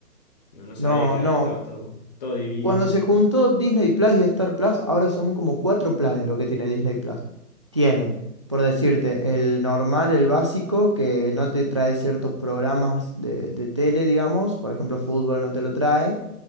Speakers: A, on the left; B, on the right.
A: no, no sabía
B: No,
A: que
B: no.
A: ahora estaba todo, todo dividido.
B: Cuando se juntó Disney Plus y Star Plus, ahora son como cuatro planes lo que tiene Disney Plus. Tiene, por decirte, el normal, el básico, que no te trae ciertos programas de, de tele, digamos, por ejemplo, fútbol no te lo trae,